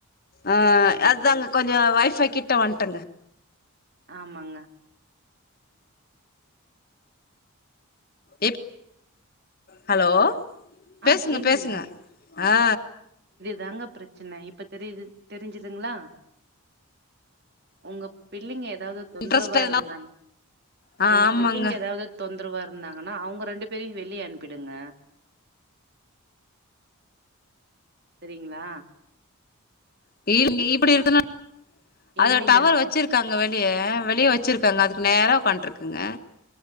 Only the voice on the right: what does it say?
ஆமாங்க
ஆ கேக்குதுங்க
தாங்க பிரச்சனை இப்ப தெரிது தெரிஞ்சுதுங்களா உங்க பிள்ளைங்க எத் ஏதாது தொந்தரவா
இருந்தா
உங்க
பிள்ளைங்க ஏதாது தொந்தரவா இருந்த ஆனா அவுங்க ரெண்டு பேரையும் வெளிய அனுப்பிடுங்க செரிங்களா
இல்லைங்க
அப்ப